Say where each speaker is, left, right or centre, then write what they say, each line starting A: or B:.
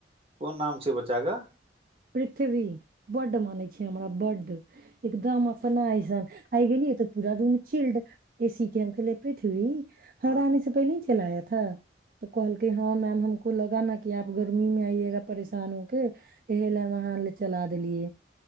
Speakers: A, on the right; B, on the right.
A: कोन नाम छै बचागा
B: पृथ्वी बड माने छै हमरा बड्ड एकदम अपना ऐसन आ गेलियै तऽ पूरा रूम चिल्ड ए सी के हम खेले पृथ्वी हराा
A: हँ
B: आने से पहिलेी चलाय अठ तऽ कहलके हँ मैम हमको को लगा ना कि आप गर्मी में आइय परेशान हो के इ ले वहन ले चला देलियै